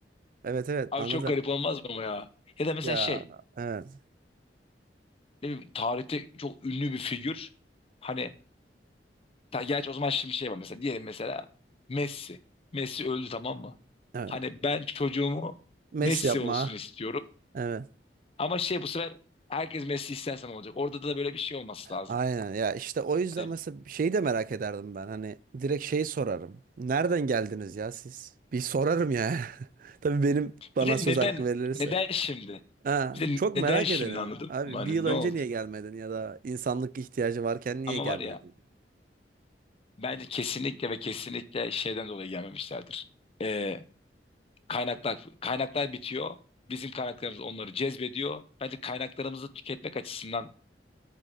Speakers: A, on the right (about 50°); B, on the left (about 35°).
A: Evet evet
B: Abi
A: anladım.
B: çok garip olmaz mı ama ya? Ya da mesela
A: Ya
B: şey
A: evet
B: ne bileyim, tarihte çok ünlü bir figür. Hani Ta, gerçi o zaman şimdi şey var mesela diyelim mesela Messi. Messi öldü tamam mı?
A: evet.
B: Hani ben çocuğumu
A: Mes
B: Messi
A: yapma.
B: olsun istiyorum.
A: Evet.
B: Ama şey bu sefer herkes Messi istersen olacak. Orada da böyle bir şey olması lazım.
A: Aynen ya işte o yüzden
B: Hani
A: mesela şeyi de merak ederdim ben. Hani direkt şey sorarım. Nereden geldiniz ya siz? Bir sorarım ya. <laughs> Tabii benim bana
B: bir de
A: söz
B: neden
A: hakkı verilirse.
B: neden şimdi?
A: Ha,
B: Bir de
A: çok
B: neden
A: merak
B: şimdi
A: ederim.
B: anladın
A: Abi
B: mı? Hani
A: bir yıl
B: ne
A: önce
B: oldu?
A: niye gelmedin ya da insanlık ihtiyacı varken niye
B: Ama
A: gelmedin?
B: var ya bence kesinlikle ve kesinlikle şeyden dolayı gelmemişlerdir. Ee, kaynaklar kaynaklar bitiyor. Bizim kaynaklarımız onları cezbediyor. Bence kaynaklarımızı tüketmek açısından